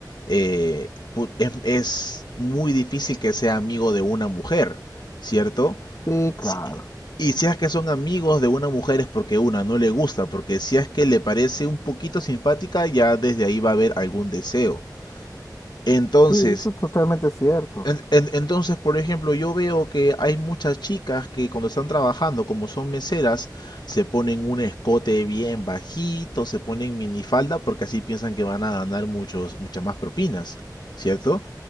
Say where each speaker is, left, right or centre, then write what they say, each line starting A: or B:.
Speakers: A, on the left; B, on the left.
A: eh, pu- es, es muy difícil que sea amigo de una mujer, ¿cierto?
B: Sí, claro.
A: si- Y si es que son amigos de una mujer es porque una no le gusta, porque si es que le parece un poquito simpática, ya desde ahí va a haber algún deseo. Entonces,
B: Sí, eso es totalmente cierto.
A: en- en- entonces, por ejemplo, yo veo que hay muchas chicas que cuando están trabajando, como son meseras, se ponen un escote bien bajito, se ponen minifalda porque así piensan que van a ganar muchos, muchas más propinas, ¿cierto?